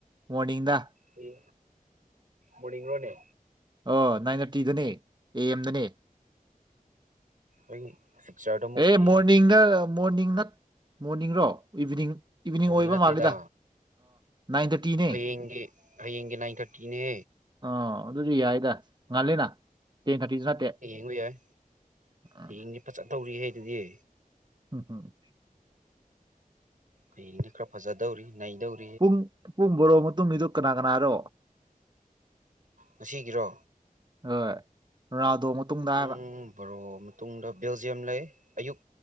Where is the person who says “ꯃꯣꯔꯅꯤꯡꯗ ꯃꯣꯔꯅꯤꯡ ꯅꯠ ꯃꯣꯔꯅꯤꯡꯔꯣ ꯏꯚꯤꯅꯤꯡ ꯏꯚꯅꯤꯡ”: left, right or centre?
Right